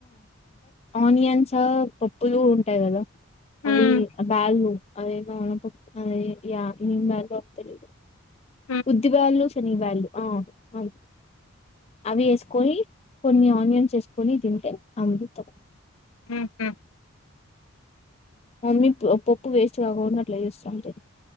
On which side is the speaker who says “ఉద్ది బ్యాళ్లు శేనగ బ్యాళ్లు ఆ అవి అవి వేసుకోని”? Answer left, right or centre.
Left